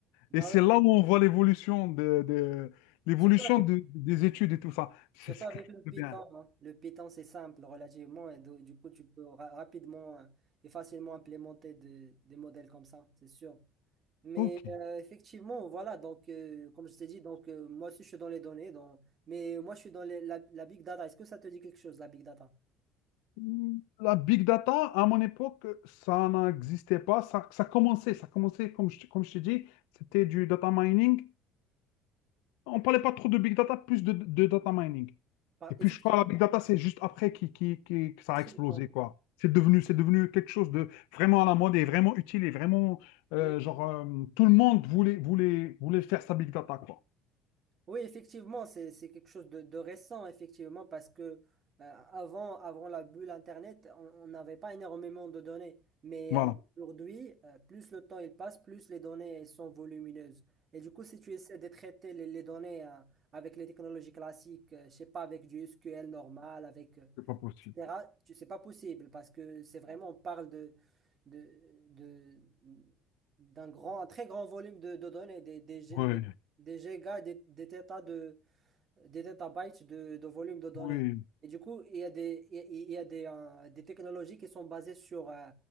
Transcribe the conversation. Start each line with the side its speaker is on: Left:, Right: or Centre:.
Right: Bah
Left: Et c'est
Right: oui.
Left: là où on voit l'évolution de, de- l'évolution
Right: Surtout avec
Left: de- des études et tout ça. C'est
Right: Surtout
Left: c'est
Right: avec
Left: quelque chose
Right: le Python.
Left: de bien.
Right: hein. Le Python, c'est simple relativement et do- du coup, tu peux ra- rapidement euh, et facilement implémenter de- des modèles comme ça, c'est sûr. Mais
Left: Ok.
Right: euh, effectivement, voilà, donc euh, comme je t'ai dit, donc euh, moi aussi je suis dans les données, dans... mais moi je suis dans les- la, la big data. Est-ce que ça te dit quelque chose, la big data?
Left: Mm, La big data, à mon époque, ça n'existait pas. Ça, ça commençait, ça commençait, comme je, comme je t'ai dit, c'était du data mining. On ne parlait pas trop de big data, plus de, de data mining.
Right: Par-
Left: Et puis,
Right: Effectivement,
Left: je crois que la big data, c'est juste après qui, qui, qui- que ça
Right: effectivement.
Left: a explosé, quoi. C'est devenu, c'est devenu quelque chose de vraiment à la mode et vraiment utile et vraiment, euh,
Right: Hmm.
Left: genre, euh, tout le monde voulait, voulait, voulait faire sa big data, quoi.
Right: Oui, effectivement, c'est, c'est quelque chose de, de récent, effectivement, parce que euh, avant, avant la bulle Internet, on on n'avait pas énormément de données. Mais
Left: Voilà.
Right: euh, aujourd'hui, euh, plus le temps il passe, plus les données elles sont volumineuses. Et du coup, si tu essaies de traiter les, les données euh, avec les technologies classiques, euh, je sais pas, avec du SQL normal, avec, euh, etc.,
Left: C'est pas possible.
Right: tu- c'est pas possible parce que c'est vraiment, on parle de, de, de- d'un grand, un très grand volume de, de données, des, des,
Left: Oui,
Right: des gigas, des, des tétas de, des tétabytes de, de volume de données.
Left: oui,
Right: Et du coup, il y a des, il y a il y a des, euh, des technologies qui sont basées sur euh,